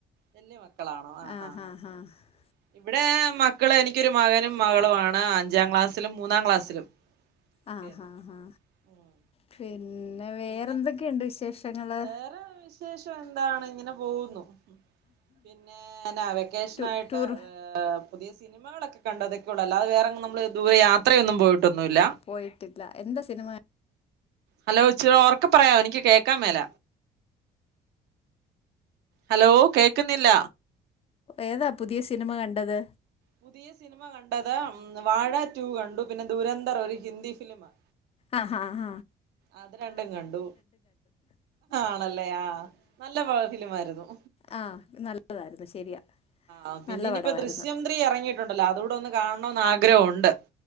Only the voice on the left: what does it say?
ആ
ഹാ
ഹാ
ആഹ്
ഹാ ഹാ
പിന്നെ വേറെന്തൊക്കെയുണ്ട്
വിശേഷങ്ങള്
ടു
ടൂർ
പോയിട്ടില്ല എന്താ സിനിമ
ഏതാ പുതിയ സിനിമ കണ്ടത്
ആഹ് ഹ ഹ
ആഹ് നല്ലതായിരുന്നു ശരിയാ
നല്ല
പടവായിരുന്നു